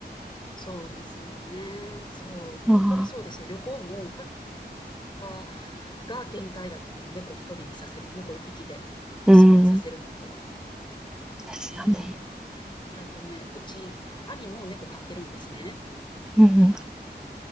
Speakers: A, on the left (about 25°); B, in the centre.
A: そうですよね。そう。本当にそうですよ。
B: あ
A: 旅行も多分日が限界だと思う。猫一人にさせる。猫一匹で留守番させるんだったら。
B: あ、うん。ですよね。
A: うん。で、あとね、うち、兄も猫飼ってるんですね。
B: うん